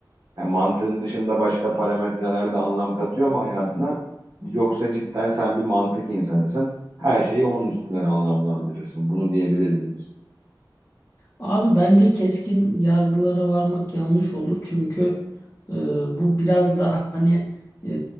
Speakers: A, on the right; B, on the left.
A: Yani mantığın dışında başka parametreler de anlam katıyor mu hayatına? Yoksa cidden sen bir mantık insanısın. Her şeyi onun üstünden anlamlandırırsın. Bunu diyebilir miyiz?
B: Abi bence keskin yargılara varmak yanlış olur. Çünkü e, bu biraz da hani e,